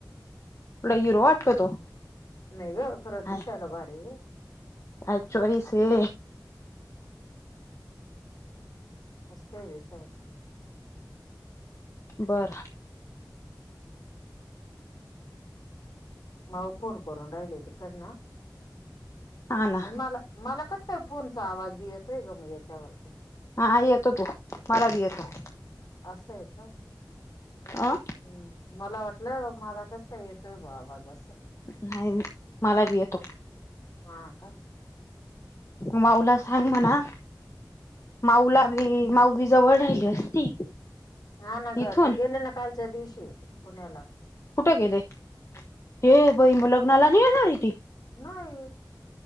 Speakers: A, on the left; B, on the left.
A: लय हिरो वाटतो तो
B: नाही गं खरं
A: काय
B: दिसायला भारी हे.
A: काय चॉइस हे.
B: मस्त आहे विशाल.
A: बरं.
B: माऊ फोन करून राहिले तिकडनं
A: हा ना
B: माला माला का कां फोनचा आवाज बी येतोय गं मग याच्यावरती
A: हां येतो तो मला बी येतो.
B: असंय का?
A: अ
B: हम्म मला वाटलं मला कसं काय ये त आवाज असं.
A: नाही मी मला बी येतो.
B: हा का
A: माऊला सांग म्हणा माऊला
B: हम्म.
A: बी, माऊ बी जवळ राहिली असती.
B: हा ना गं,
A: इथून
B: ते गेलं ना कालच्या दिवशी- पुण्यालाच.
A: कुठे गेले? हे बई मग लग्नाला नाही येणार आहे ती?
B: नाही